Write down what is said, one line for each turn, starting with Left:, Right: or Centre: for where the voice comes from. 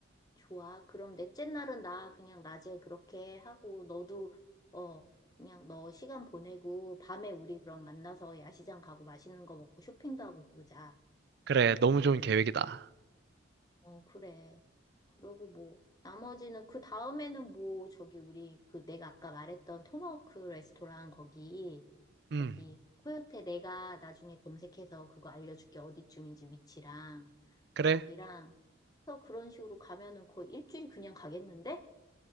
Left: 좋아. 그럼 넷째 날은 나 그냥 낮에 그렇게 하고 너도 어, 그냥 너 시간 보내고 밤에 우리 그럼 만나서 야시장 가고 맛있는 거 먹고 쇼핑도 하고 그러자.
Right: 그래, 너무 좋은 계획이다.
Left: 어, 그래. 그러고 뭐 나머지는 그 다음에는 뭐 저기 우리 그 내가 아까 말했던 토마호크 레스토랑 거기
Right: 음,
Left: 거기 코요테 내가 나중에 검색해서 그거 알려줄게. 어디쯤인지 위치랑
Right: 그래.
Left: 거기랑 그래서 그런 식으로 가면은 거의 일주일 그냥 가겠는데?